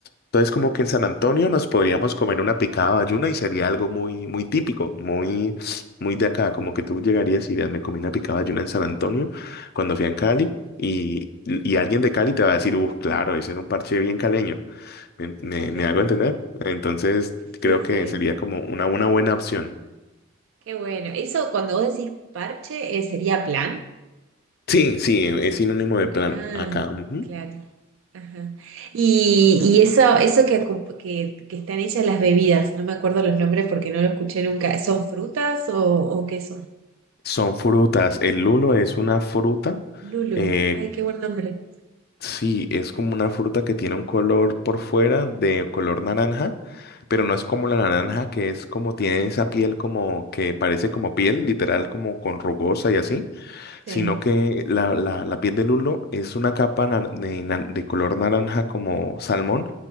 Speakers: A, on the left; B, on the right.
A: Entonces, como que en San Antonio nos podríamos comer una picada bayuna y sería algo muy, muy típico, muy, muy de acá. Como que tú llegarías y dirías, me comí una picada bayuna en San Antonio cuando fui a Cali. Y, y alguien de Cali te va a decir, uff, claro, ese es un parche bien caleño. ¿Me, me,
B: <laughs>
A: me hago entender? Entonces, creo
B: Sí,
A: que
B: sí,
A: sería como una, una buena opción.
B: qué bueno. Eso cuando vos decís parche, eh, ¿sería plan?
A: Sí, sí, es sinónimo de plan
B: Ah,
A: acá. ujú.
B: claro. Ajá. Y, y eso, eso que, acom- que, que están hechas las bebidas, no me acuerdo los nombres porque no lo escuché nunca. ¿Son frutas o, o qué son?
A: Son frutas. El lulo es una fruta.
B: Lulu,
A: eh,
B: ay, qué buen nombre.
A: sí, es como una fruta que tiene un color por fuera de color naranja, pero no es como la naranja, que es como tiene esa piel como que parece como piel, literal, como con rugosa y así,
B: Sí.
A: sino que la, la, la piel del lulo es una capa nar- de, na- de color naranja como salmón